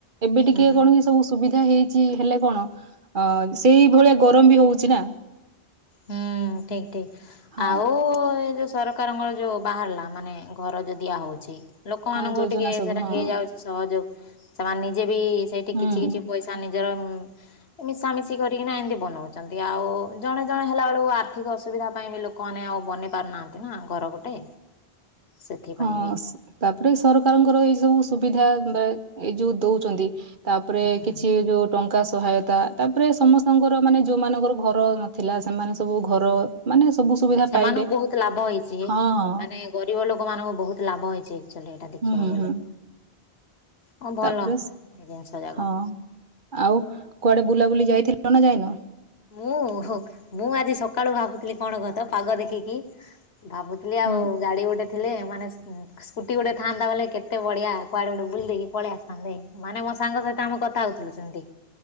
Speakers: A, on the right (about 50°); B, on the left (about 70°).
A: ଏବେ
B: ହୁଁ
A: ଟିକେ କଣ କି ସବୁ ସୁବିଧା ହେଇ ଚି ହେଲେ କଣ ଅ ସେଇ ଭଳିଆ ଗରମ ବି ହଉଛି ନା?
B: ହୁଁ ଠିକ୍ ଠିକ୍
A: ହଁ
B: ଆଉ ସରକାରଙ୍କର ଯେଉଁ ବାହାରିଲା ମାନେ ଘର ଦିଆହେଉଛି। ଲୋକମାନଙ୍କୁ
A: ହଁ ଯୋଜନା
B: ଟିକେ
A: ସବୁ
B: ସେଇଟା
A: ହଁ
B: ହେଇଯାଉଛି ସହଯୋଗ ସେମାନେ ନିଜେ ବି ସେଇଠି
A: ହୁଁ
B: କିଛି କିଛି ପଇସା ତା ନିଜର ମିଶାମିଶି କରିକିନା ଏମତି ବନାଉଛନ୍ତି ଆଉ ଜଣେ ତା ହେଲା ବେଳକୁ ଆର୍ଥିକ ଅସୁବିଧା ପାଇଁ ଲୋକମାନେ ଆଉ ବନେଇ ପାରୁନାହାନ୍ତି ନା ଘର ଗୋଟେ? ସେଥିପାଇଁ
A: ହଁ
B: ବି
A: ତାପରେ ସରକାରଙ୍କର ଏଇ ସବୁ ସୁବିଧା ଏଵେ ଏଇ ଯୋଉ ଦଉଛନ୍ତି। ତାପରେ
B: ହୁଁ
A: କିଛି ଯୋ ଟଙ୍କା ସହାୟତା ତାପରେ ସମସ୍ତଙ୍କର ମାନେ ଯୋଉମାନଙ୍କର ଘର ନଥିଲା ସେମାନେ ସବୁ ଘର ମାନେ ସବୁ ସୁବିଧା
B: ସେମାନଙ୍କୁ
A: ପାଇଲେ
B: ବହୁତ ଲାଭ ହେଇଛି
A: ହଁ ହଁ
B: ମାନେ ଗରିବ ଲୋକମାନଙ୍କୁ ବହୁତ ଲାଭ ହେଇଛି ଆକ୍ଚୁଆଲି ଏଇଟା ଦେଖିବାକୁ
A: ହୁଁ ହୁଁ
B: ଗଲେ।
A: ହୁଁ
B: ହଁ
A: ତାପରେ
B: ଭଲ ଏ
A: ସ-
B: ଜିନିଷ ଯାକ।
A: ହଁ ଆଉ କୁଆଡେ ବୁଲାବୁଲି ଯାଇଥିଲ ନା ଯାଇନ?
B: ମୁଁ ହଉ ମୁଁ ଆଜି ସକାଳୁ ଭାବୁଥିଲି କଣ କହ ତ ପାଗ ଦେଖିକି ଭାବୁ ସେ ଆଉ
A: ହୁଁ
B: ଗାଡ଼ି ଗୋଟେ ଥିଲେ ମାନେ ସେ ସ୍କୁଟି ଗୋଟେ ଥାନ୍ତା ବୋଲେ କେତେ ବଢିଆ କୁଆଡେ ବୁଲି ଦେଇକି ପଳେଇ ଆସିଥାନ୍ତେ ମାନେ ମୋ ସାଙ୍ଗ ସାଥି ଆମ କଥା ହଉଥିଲୁ ସେମିତି।